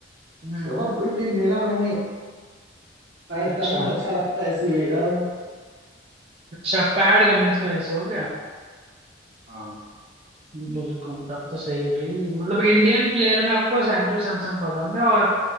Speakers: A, on the right; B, on the right.
A: उसके
B: हम्म
A: बाद
B: हम्म
A: कोई टीम मिला नहीं पैट
B: अच्छा
A: कमिंग्स अच्छा लगता है इसलिए इधर हूँ
B: अच्छा पैड का की वजह से हो गया
A: हाँ
B: बिल्कुल तब तो सही है भाई मतलब इंडियन प्लेयर में आपको सैजू सैमसन पसंद है और